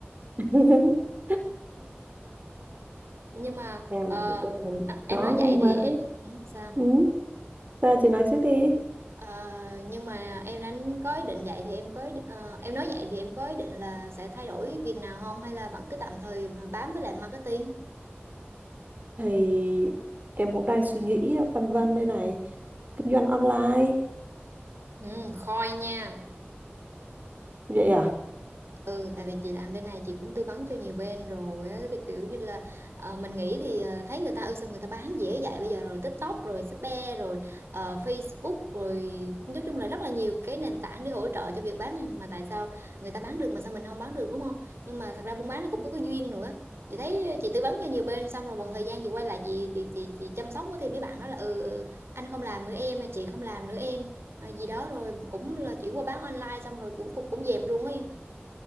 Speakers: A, on the right; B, on the right.
A: <laughs>
B: nhưng mà
A: Em
B: ờ,
A: chị em
B: em
A: có
B: nói vậy
A: cái mới.
B: thì em, ừ, sao
A: Ừ. Ra chị nói trước đi.
B: Ờ, nhưng mà em đã có ý định vậy thì em có ý định- ờ, em nói vậy thì em có ý định là sẽ thay đổi việc nào không hay là vẫn cứ tạm thời mà bám với lại marketing
A: Thì em cũng đang suy nghĩ phân vân đây này. Kinh doanh online.
B: ừ, khôi nha
A: Vậy à?
B: Ừ, tại vì chị làm bên này chị cũng tư vấn cho nhiều bên rồi á, thì kiểu như là ờ, mình nghĩ thì ờ, thấy người ta ơi sao người ta bán dễ vậy bây giờ rồi TikTok rồi Shopee rồi ờ, Facebook rồi nói chung là rất là nhiều cái nền tảng để hỗ trợ cho việc bán hàng mà tại sao người ta bán được mà sao mình không bán được đúng không? Nhưng mà thật ra buôn bán nó cũng có cái duyên nữa. Chị thấy chị tư vấn cho nhiều bên xong rồi một thời gian chị quay lại chị chị chị, chị chăm sóc á, thì mấy bạn nói là ừ ừ, anh không làm nữa em chị không làm nữa em Ờ, gì đó rồi cũng là chuyển qua bán online xong rồi cũng cũng cũng dẹp luôn á em